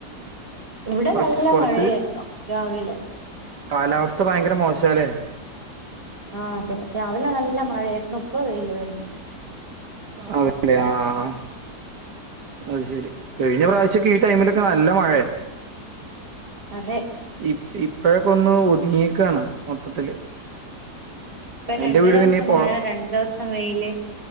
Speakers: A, on the right (about 30°); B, on the right (about 75°).
A: ഇവ്ടെ
B: കൊറച്ച്
A: നല്ല
B: കൊറച്ച്
A: മഴയേയിര്ന്നു രാവിലെ.
B: കാലാവസ്ഥ ഭയങ്കര മോശാ ലെ
A: ആഹ് അതെ രാവിലെ നല്ല മഴ ആയിരുന്നു ഇപ്പ വെയ്ല് വര്ന്നെ
B: അതേ ലെ ആഹ് ആഹ് ആഹ് അത് ശെരി കഴിഞ്ഞ പ്രാവശ്യം ഒക്കെ ഈ ടൈമിലൊക്കെ നല്ല മഴയാ
A: അതെ
B: ഇ ഇപ്പഴൊക്കെ ഒന്ന് ഒതുങ്ങിയേക്കാണ് മൊത്തത്തില്
A: ഇപ്പ രണ്ടു
B: എന്റെ വീട്
A: ദിവസം
B: പിന്നെ ഇപ്പോ
A: മഴ രണ്ടു ദിവസം വെയില്